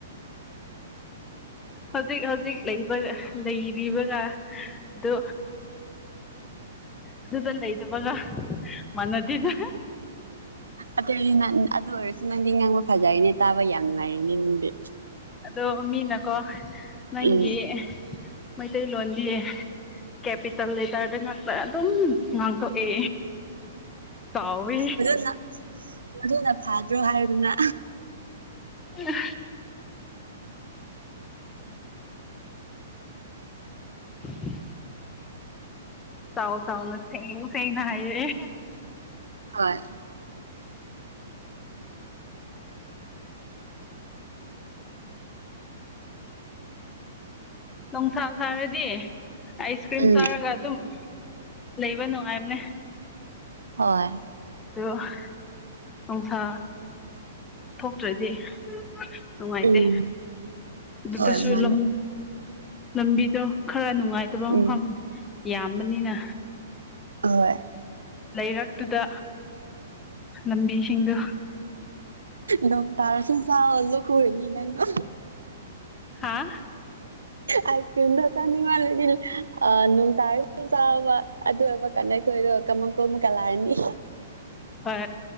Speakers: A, on the left; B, on the right.
A: ꯍꯧꯖꯤꯛ ꯍꯧꯖꯤꯛ ꯂꯩꯕ ꯂꯩꯔꯤꯕꯒ ꯑꯗꯨ ꯑꯗꯨꯗ ꯂꯩꯗꯕꯒ ꯃꯥꯟꯅꯗꯅ
B: ꯑꯇꯩꯗꯤ ꯅꯪ ꯑꯗꯨ ꯑꯣꯏꯔꯁꯨ ꯅꯪꯗꯤ ꯉꯥꯡꯕ ꯐꯖꯔꯤꯅꯦ ꯇꯥꯕ ꯌꯥꯝ ꯅꯨꯡꯉꯥꯏꯔꯤꯅꯦ ꯅꯗꯤ
A: ꯑꯗꯣ ꯃꯤꯅꯀꯣ ꯅꯪꯒꯤ
B: ꯎꯝ
A: ꯃꯩꯇꯩꯂꯣꯟꯗꯤ ꯀꯦꯄꯤꯇꯦꯜ ꯂꯩꯇꯥꯔꯗꯤ ꯉꯥꯛꯇ ꯑꯗꯨꯝ ꯉꯥꯡꯊꯣꯛꯑꯦ ꯆꯥꯎꯋꯤ
B: ꯑꯗꯨꯅ ꯃꯅ ꯐꯥꯗ꯭ꯔꯣ ꯍꯥꯏꯗꯨꯅ
A: ꯑ ꯎꯝꯝ ꯆꯥꯎꯥꯎ ꯆꯥꯎꯥꯎꯅ ꯁꯦꯡ ꯁꯦꯡꯅ ꯍꯥꯏꯌꯦ
B: ꯍꯣꯏ
A: ꯂꯪ ꯁꯥ ꯁꯥꯔꯗꯤ ꯑꯥꯏꯁ ꯀ꯭ꯔꯤꯝ
B: ꯎꯝ
A: ꯆꯥꯔꯒ ꯑꯗꯨꯝ ꯂꯩꯕ ꯅꯨꯡꯉꯥꯏꯕꯅꯦ
B: ꯍꯣꯏ
A: ꯑꯣ ꯅꯨꯡꯁꯥ ꯊꯣꯛꯇ꯭ꯔꯗꯤ ꯅꯨꯡꯉꯥꯏꯇꯦ
B: ꯎꯝ
A: ꯑꯗꯨꯗꯁꯨ
B: ꯍꯣꯏ ꯃꯥꯅꯦ
A: ꯂꯝ ꯂꯝꯕꯤꯗꯣ ꯈꯔ ꯅꯨꯡꯉꯥꯏꯇꯕ ꯃꯐꯝ
B: ꯎꯝ
A: ꯌꯥꯝꯕꯅꯤꯅ
B: ꯑꯍꯣꯏ
A: ꯂꯩꯔꯛꯇꯨꯗ ꯂꯝꯕꯤꯁꯤꯡꯗꯣ
B: ꯗꯝ ꯇꯥꯁꯨ ꯆꯥ ꯂꯣꯈꯣꯏꯅꯤꯅꯗꯣ
A: ꯍꯥꯥ
B: ꯑꯥꯏꯁ ꯀ꯭ꯔꯤꯝ ꯇ ꯆꯥꯅꯤꯃ ꯂꯤ ꯑ ꯅꯅꯨꯡ ꯇꯔ ꯆꯥꯕ ꯑꯗꯨ ꯑꯦꯕ ꯀꯥꯟꯩ ꯈꯔ ꯀꯥꯃ ꯑꯃ ꯀꯣ ꯃꯨ ꯀꯂꯥꯔꯅꯤ
A: ꯍꯣꯏ